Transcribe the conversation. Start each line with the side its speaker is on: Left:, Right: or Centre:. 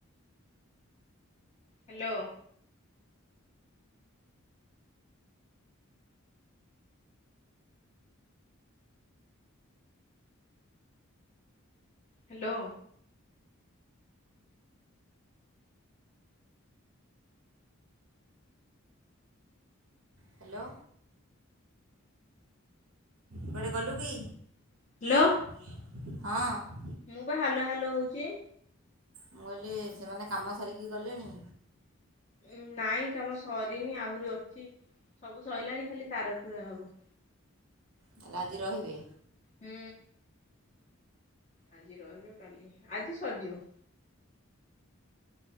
Left: ହ୍ୟାଲୋ! ହ୍ୟାଲୋ!
Right: ହ୍ୟାଲୋ କୁଆଡ଼େ ଗଲୁକି?
Left: ହ୍ୟାଲୋ?
Right: ହେଲ୍ଲୋ? ହଁ।
Left: ମୁଁ ବା ହାଲୋ ହାଲୋ ହଉଚି।
Right: ମୁଁ କହିଲି ସେମାନେ କାମ ସାରିକି ଗଲେଣି?
Left: ଉ ନାଇଁ କାମ ସରିନି ଆହୁରି ଅଛି ସବୁ ସଇଲାଣି ଖାଲି ତାର ପୁରା ହବ।
Right: ତାହେଲେ ଆଜି ରହିବେ?
Left: ହୁଁ। ଆଜି ରହିବେ କାଲି ଆଜି ସରିଯିବ।